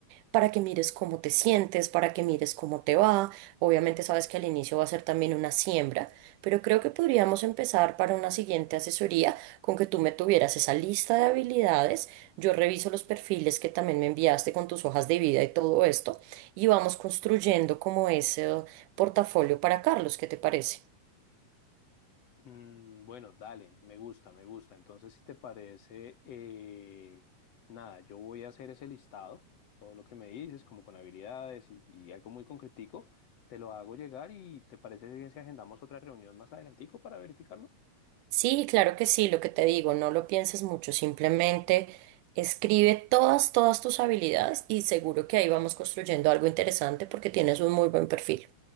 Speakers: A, on the right; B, on the left.
A: para que mires cómo te sientes, para que mires cómo te va. Obviamente sabes que al inicio va a ser también una siembra, pero creo que podríamos empezar para una siguiente asesoría con que tú me tuvieras esa lista de habilidades. Yo reviso los perfiles que también me enviaste con tus hojas de vida y todo esto y vamos construyendo como ese portafolio para Carlos. ¿Qué te parece?
B: Mm, bueno, dale, me gusta, me gusta. Entonces, si te parece, eh, nada, yo voy a hacer ese listado, todo lo que me dices, como con habilidades y, y algo muy concretico, te lo hago llegar y ¿te parece bien si agendamos otra reunión más adelantico para verificarlo?
A: Sí, claro que sí, lo que te digo, no lo pienses mucho, simplemente escribe todas, todas tus habilidades y seguro que ahí vamos construyendo algo interesante porque tienes un muy buen perfil.